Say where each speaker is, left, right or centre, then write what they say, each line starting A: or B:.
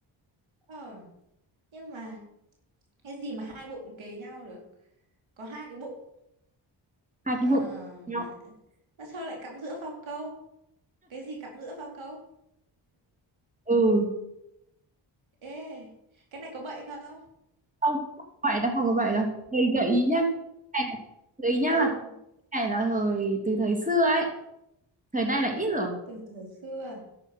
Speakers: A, on the right (about 75°); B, on the right (about 15°).
A: Ờ, nhưng mà cái gì mà hai bụng kề nhau được? Có hai cái bụng.
B: hai
A: Ờ,
B: cái bụng nhau
A: mà mà sao lại cắm giữa phao câu? Cái gì cắm giữa phao câu?
B: ừ
A: Ê, cái này có bậy không?
B: không không vậy đâu không có vậy đâu Đây, gợi ý nhá cái này là- gợi ý nhá
A: Ừ,
B: là
A: ừ,
B: cái này là thời từ thời xưa ấy thời nay là ít rồi
A: từ thời xưa